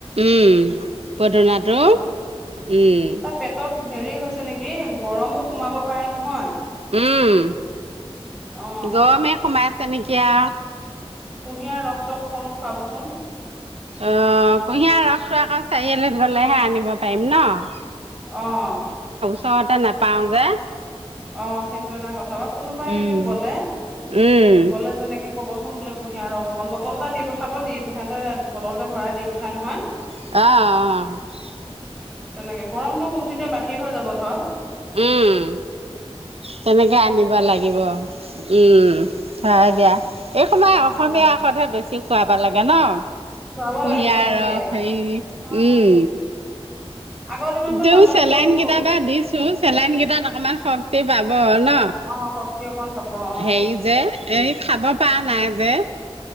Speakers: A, on the right; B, in the centre.
A: উম পদনাটো
B: উম।
A: উম
B: তাৰ পেটত হেৰি হৈছে নেকি গৰমো সোমাব পাৰে নহয়।
A: উম
B: অ
A: গমে সুমাইছে নেকিয়া
B: কুঁহিয়াৰ ৰস চস অকণো খুৱাবচোন।
A: অ কুঁহিয়াৰ ৰসটো আকৌ চাৰিআলিত গ'লেহে আনিব পাৰিম ন'।
B: অ'।
A: চট নাপাওঁ যে।
B: অ সেইটো এটা কথা বাৰু কোনোবা এনেকে
A: উম
B: গলে
A: উম
B: গ'লে তেনেকে ক'বচোন বোলে কুঁহিয়াৰ ৰস অকণ বটল এটা দি পঠাব দি তহঁতে বটলটো ভৰাই দি পঠাই নহয়
A: অ', অ'।
B: তেনেকে গৰমটো সোম তেতিয়া বাহিৰ হৈ যাব ধৰ'।
A: উম
B: উ।
A: তেনেকে আনিব লাগিব উম, হয় দিয়া এই সমমাই অসমীয়া
B: অ
A: সদহে বেছি খুৱাব লাগে ন'।
B: খুৱাব
A: কুঁহিয়াৰ
B: লাগে খুৱাব
A: ৰস
B: লাগে
A: সেই
B: অ
A: উম
B: আগৰ দিনতো
A: দে
B: মানুহে
A: চেলাইন
B: কনো
A: কেইটাৰ বা দিছো চেলাইন কেইটাত অকমান শক্তি পাব অ ন
B: অ শক্তি অকণ পাব অ
A: হেৰি যে এই খাব পৰা
B: উম
A: নাই যে